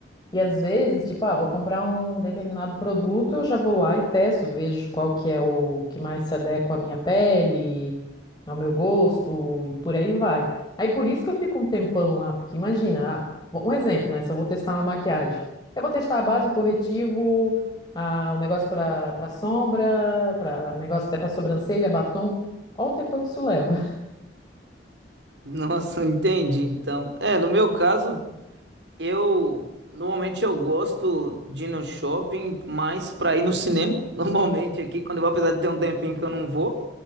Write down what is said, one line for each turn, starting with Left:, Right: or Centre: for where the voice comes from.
Left: E às vezes, tipo, ah, vou comprar um determinado produto, eu já vou lá e testo, vejo qual que é o que mais se adequa à minha pele, ao meu gosto e por aí vai. Aí por isso que eu fico um tempão lá, porque imagina, ah, bom, um exemplo, né? Se eu vou testar uma maquiagem, eu vou testar a base, o corretivo, a, o negócio para para sombra, para negócio até para sobrancelha, batom. Olha o tempo que isso leva.
Right: nossa, entendi. Então, é, no meu caso, Eu normalmente eu gosto de ir no shopping mais pra ir no cinema. <laughs> Normalmente aqui, quando eu vou, apesar de ter um tempinho que eu não vou,